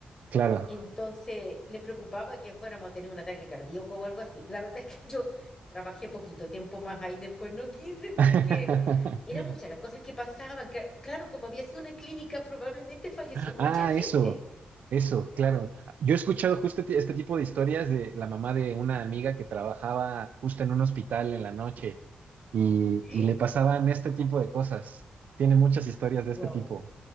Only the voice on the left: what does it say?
Entonces les preocupaba que fuéramos a tener un ataque cardíaco o algo así. La verdad es que yo trabajé poquito tiempo más ahí, después no quise porque
eran muchas las cosas que pasaban. Cla- Claro, como había sido una clínica, probablemente falleció
mucha gente
ahí.
Sí.
¿Sí?
Wow.